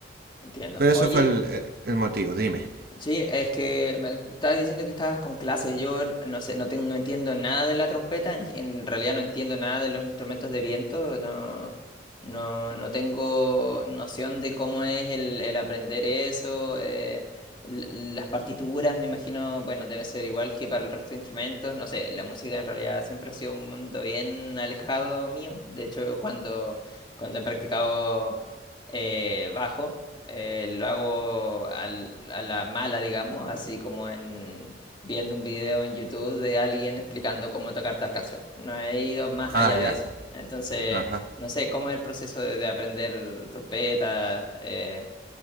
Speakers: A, on the left; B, on the right.
A: entiendo.
B: Pero
A: Oye,
B: eso fue el, el- el motivo, dime.
A: Sí, es que me estabas diciendo que estabas con clases. Yo no sé, no, ten- no entiendo nada de la trompeta. En, en realidad no entiendo nada de los instrumentos de viento. No, no, no tengo noción de cómo es el, el aprender eso. eh, l- las partituras, me imagino, bueno, debe ser igual que para el resto de instrumentos. No sé, la música en realidad siempre ha sido un mundo bien alejado mío. De hecho, cuando, cuando he practicado eh, bajo. eh, lo hago al- a la mala, digamos, así como en viendo un video en YouTube de alguien explicando cómo tocar tal canción. No he ido más allá
B: Ah, ya.
A: de eso. Entonces,
B: Ajá.
A: no sé, cómo es el proceso de, de aprender trompeta, eh,